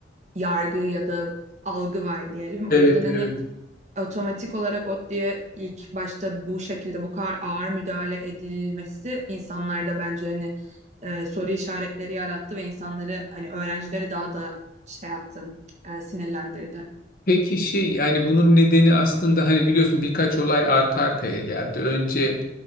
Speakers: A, on the right; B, on the left.
A: yargı ya da algı var diyelim. O
B: Evet,
A: yüzden hani
B: evet.
A: otomatik olarak ODTÜ'ye ilk başta bu şekilde bu kadar ağır müdahale edilmesi insanlarda bence hani e, soru işaretleri yarattı ve insanları hani öğrencileri daha da şey yaptı, e, sinirlendirdi.
B: Peki şey yani bunun nedeni aslında hani biliyorsun birkaç olay arka arkaya geldi. Önce